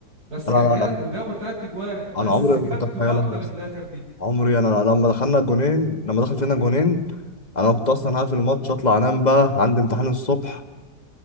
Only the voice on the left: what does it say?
انا
انا عمري
ما كنت اتخيلها
عمري انا لما دخلنا الجونين لما دخل فينا جونين انا كنت اصلا هقفل الماتش اطلع انام بقى عندي امتحان الصبح